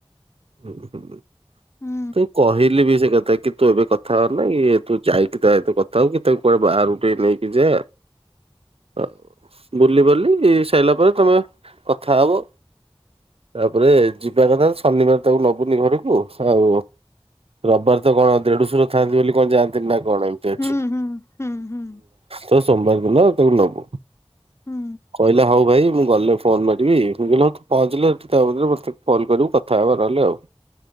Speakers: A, on the right (about 75°); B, on the left (about 25°).
A: ହୁଁ ହୁଁ।
B: ହୁଁ
A: ତୁ କହିଲି ବି ସେ କଥା କି ତୁ ଏବେ କଥା ହୋନା ତୁ ଯାଇକି ତା ଏତ କଥା ହଉ କି ତାଙ୍କୁ କୁଆଡେ ବା ରୁଟି ନେଇକି ଯା ଆ ବୁଲି ବାଲି ସାରିଲା ପରେ ତମେ କଥା ହବ। ତାପରେ ଯିବା କଥା ଶନିବାର ତାକୁ ନବୁନି ଘରକୁ ଆଉ ରବିବାର ତ କଣ ଦେଢଶୁର ଥାଆନ୍ତି ବୋଲି କଣ ଯାଆନ୍ତିନ ନା କଣ ଏମିତି ଅଛି।
B: ହୁଁ ହୁଁ ହୁଁ ହୁଁ।
A: ତ ସୋମବାର ଦିନ ତାକୁ ନବୁ
B: ହୁଁ
A: କହିଲା ହଉ ଭାଇ ମୁଁ ଗଲେ ଫୋନ ମାରିବି ମୁ କହିଲି ପହଞ୍ଚିଲେ ତାରେ ମୋତେ ଫୋନ କରିବୁ କଥା ହେବା ନହେଲେ ଆଉ।